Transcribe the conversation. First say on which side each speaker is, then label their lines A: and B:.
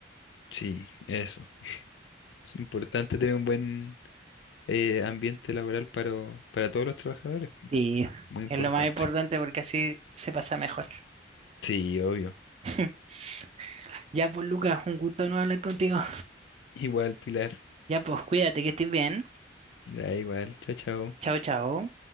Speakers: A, on the left; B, on the right.
A: Sí, eso. Es importante tener un buen eh, ambiente laboral para, para todos los trabajadores. pues,
B: Sí,
A: Muy importante.
B: es lo más importante porque así se pasa mejor.
A: Sí, obvio.
B: <laughs> Ya pues, Lucas, un gusto no hablar contigo.
A: Igual, Pilar.
B: Ya pues, cuídate que estés bien.
A: Ya, igual. Chao, chao.
B: Chao, chao.